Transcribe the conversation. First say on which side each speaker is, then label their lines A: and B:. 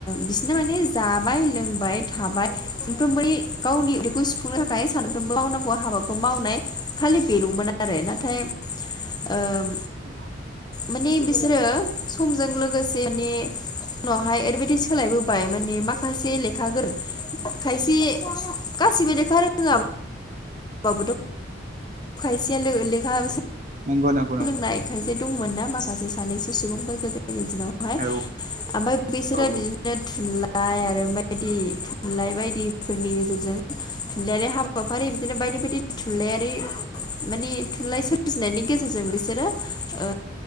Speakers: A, on the left; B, on the right.
A: बिसोरनो माने जाबाय लोंबाय थाबाय दाथ' गावनि उदैख खौ सुफुंनो थाखाय सानफ्रोमबो मावनांगौ हाबाखौ मावनाय खालि बेल'मोन आरो नाथाय ओम
B: ओ
A: माने बिसोरो समजों लोगोसे माने उनावहाय ओरैबायदि सोलायबोबाय माने माखासे लेखा गोरों खायसे गासिबो लेखा रोङा बाबोथ' खायसेया लो लेखा सो
B: नोंगौ नोब
A: सोलोंनाय खायसे दंमोन ना माखासे सानैसो सुबुंफोरखौ जोंनि दिनावहाय
B: औ
A: ओमफाय बिसोरो
B: औ
A: बि दिनो थुनलाइ आरो बायदि थुनलाइ बायदिफोरनि गेजेरजों थुनलाइयारि हाबाफारि बिदिनो बायदि बायदि थुनलाइयारि माने थुनलाइ सोरजिनायनि गेजेरजों बिसोरो ओ